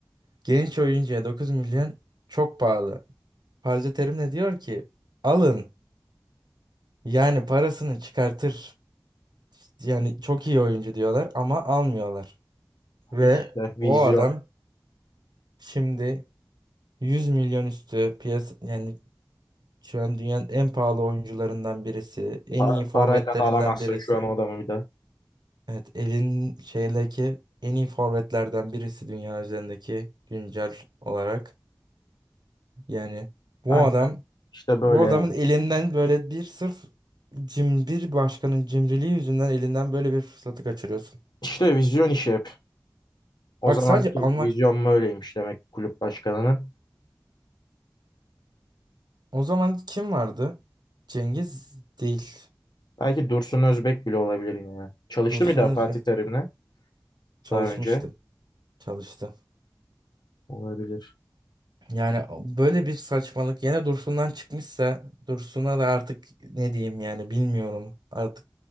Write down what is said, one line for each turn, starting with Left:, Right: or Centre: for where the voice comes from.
Right: genç oyuncuya 9 milyon çok pahalı. Fazla Terim de diyor ki alın yani parasını çıkartır. Yani çok iyi oyuncu diyorlar ama almıyorlar. Ve
Left: İşte vizyon.
Right: o adam şimdi 100 milyon üstü piyasa yani şu an dünyanın en pahalı oyuncularından birisi, en
Left: Pa-
Right: iyi forvetlerinden
Left: parayla da alamazsın
Right: birisi.
Left: şu an o adamı bir de.
Right: Evet, elin şeydeki en iyi forvetlerden birisi dünya üzerindeki güncel olarak. Yani bu
Left: Kanka
Right: adam
Left: işte böyle
Right: bu adamın
Left: ya.
Right: elinden böyle bir sırf cim bir başkanın cimriliği yüzünden elinden böyle bir fırsatı kaçırıyorsun.
Left: İşte vizyon işi hep. O
Right: Bak
Left: zamanki
Right: sadece almak
Left: vizyon böyleymiş demek kulüp başkanının.
Right: o zaman kim vardı? Cengiz değil.
Left: Belki Dursun Özbek bile olabilir yine ya. Çalıştı
Right: Dursun
Left: mı daha
Right: Özbek
Left: Fatih Terim'le?
Right: çalışmıştı.
Left: daha önce.
Right: Çalıştı.
Left: Olabilir.
Right: Yani böyle bir saçmalık yine Dursun'dan çıkmışsa Dursun'a da artık ne diyeyim yani bilmiyorum. Artık